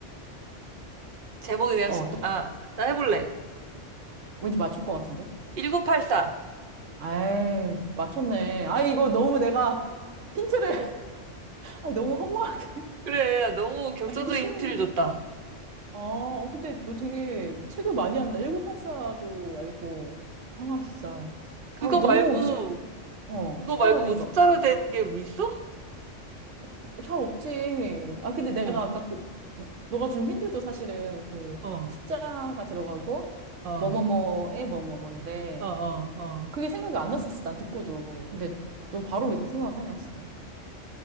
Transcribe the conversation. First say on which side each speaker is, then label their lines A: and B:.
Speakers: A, on the right; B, on the right.
A: 제목에 대한
B: 어,
A: 숫,
B: 또
A: 아, 나 해볼래.
B: 왠지 맞출 것 같은데?
A: 1984.
B: 아이, 맞췄네. 아, 이거 너무 내가 힌트를 <laughs> 아, 너무 허무하게.
A: 그래, 너무 결정적인
B: 아, 이렇게 쉬운.
A: 힌트를 줬다.
B: 아, 어, 근데 너 되게 책을 많이 한다. 1984도 알고. 아, 진짜.
A: 그거
B: 아, 너무
A: 말고,
B: 쉽- 어,
A: 그거
B: 숫자로
A: 말고
B: 된
A: 뭐 숫자로
B: 거 없지?
A: 된 게 있어?
B: 어, 잘 없지. 아, 근데 내가
A: 어,
B: 아까 그, 너가 준 힌트도 사실은 그
A: 어,
B: 숫자가 들어가고,
A: 어,
B: 뭐뭐뭐에 뭐뭐뭔데,
A: 어, 어, 어.
B: 그게 생각이 안 났었어, 난 듣고도. 근데 넌 바로 이렇게 생각하네, 진짜.